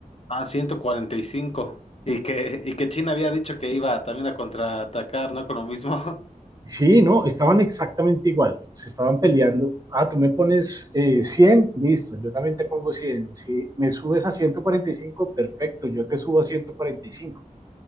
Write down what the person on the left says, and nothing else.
a 145, y que, y que China había dicho que iba también a contraatacar, ¿no? Con lo mismo. <laughs>